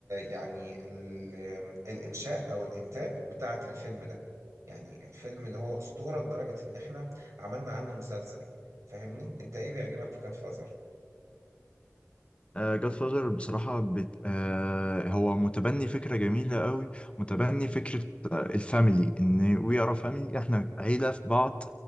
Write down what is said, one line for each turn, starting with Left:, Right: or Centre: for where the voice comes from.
Right: يعني ال الإنشاء أو الإنتاج بتاعة الفيلم ده يعني الفيلم اللي هو أسطورة لدرجة إن إحنا عملنا عنه مسلسل فاهمني أنت إيه بيعجبك في كات فازر؟
Left: جاد فاذر بصراحة بت... آه، هو متبني فكرة جميلة قوي متبني فكرة آه، الفاميلي إن وي ار فاميلي إحنا عيلة في بعض